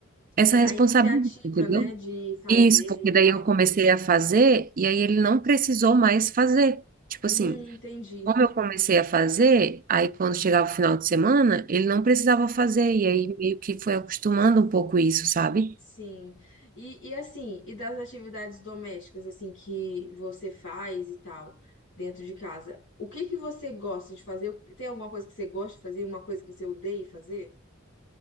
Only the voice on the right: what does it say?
essa
responsabilidade,
entendeu?
Isso, porque
daí
eu comecei a fazer e aí ele não precisou mais fazer. Tipo assim,
como eu comecei a fazer, aí quando chegava o final de semana, ele não precisava fazer e aí meio que foi acostumando um pouco isso, sabe?